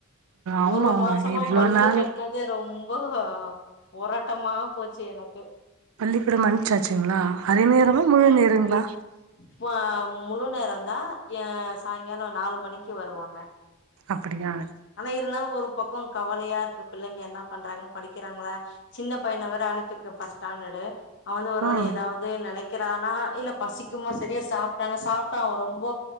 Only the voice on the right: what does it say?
ஆமா
ஆமா
இவ்ளோ
நாள்
பள்ளிக்கூடம் அணுச்சாச்சுங்ளா அரை நேரமா முழு நேரங்ளா
அப்படியா
ம்